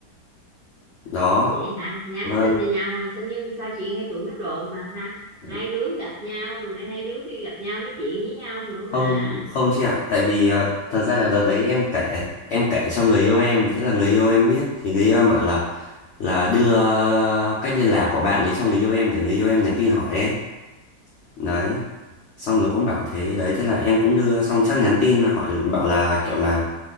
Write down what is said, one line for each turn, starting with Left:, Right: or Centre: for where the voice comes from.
Left: đó
Right: vậy hả nhắn
Left: Vâng,
Right: tin cho nhau thôi sao như sao chị hay tụi nó đồn là ha
Left: ừ,
Right: hai đứa gặp nhau rồi này hai đứa đi gặp nhau nói chuyện với nhau nữa
Left: không
Right: mà
Left: không chị ạ, tại vì à, thật ra là đợt đấy em kể, em kể cho người yêu em, thế là người yêu em biết thì người yêu em bảo là là đưa cách liên lạc của bạn ấy cho người yêu em để người yêu em nhắn tin hỏi ấy. Đấy, xong rồi cũng bảo thế, đấy thế là em cũng đưa xong chắc nhắn tin hỏi bảo là kiểu là